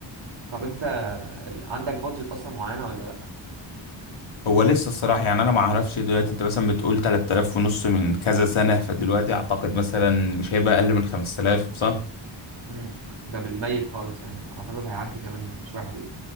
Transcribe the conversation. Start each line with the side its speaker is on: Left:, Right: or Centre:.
Right: طب انت عندك بادجت اصلا معينه ولا لا
Left: هو لسه الصراحة يعني أنا ما أعرفش دلوقتي أنت مثلا بتقول 3000 ونص من كذا سنة فدلوقتي أعتقد مثلا مش هيبقى أقل من 5000 صح؟
Right: امم ده بالميت خالص يعني اعتقد هيعدي كمان شويه حلوين